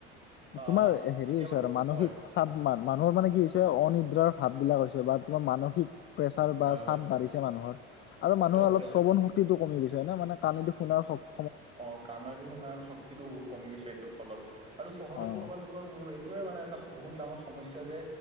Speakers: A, on the right (about 15°); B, on the left (about 35°).
A: আহ
B: তোমাৰ হেৰি
A: কেতিয়াবা
B: হৈছে আৰু মানসিক
A: হয়
B: চাব মানুহৰ মানে কি হৈছে অনিদ্ৰাৰ ভাব বিলাক হৈছে বা তোমাৰ মানসিক প্ৰেচাৰ বা
A: হয়
B: চাপ
A: হয়
B: বাঢ়িছে মানুহৰ আৰু মানুহে
A: এইটো অপ্ৰেচ
B: শ্ৰৱণ শক্তি কমি গৈছে নে মানে টো শুনা শক্তি
A: অ কাণেদি শুনাৰ শক্ত বহুত কমি গৈছে এইটোৰ ফলত আৰু চহৰত
B: অ
A: থকা লোকৰ ম এইটোয়ে মানে এটা বহুত ডাঙৰ সমস্যা যে